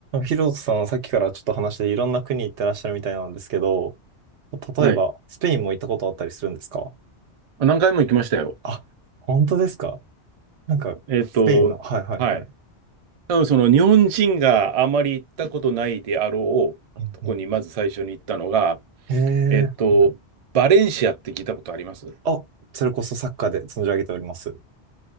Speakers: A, on the right; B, on the right.
A: ヒロトさん、さっきからちょっと話していろんな国行ってらっしゃるみたいなんですけど、例えば、
B: はい。
A: スペインも行ったことあったりするんですか
B: 何回も行きましたよ。
A: あ、本当ですかなんか、
B: えっと、
A: スペインの、はいはいはい。
B: はい。多分その日本人があまり行ったことないであろうとこにまず最初に行ったのが、
A: うんうん、へえ、
B: えっと、
A: はい
B: バレンシアって聞いたことあります
A: あ、それこそサッカーで存じ上げております。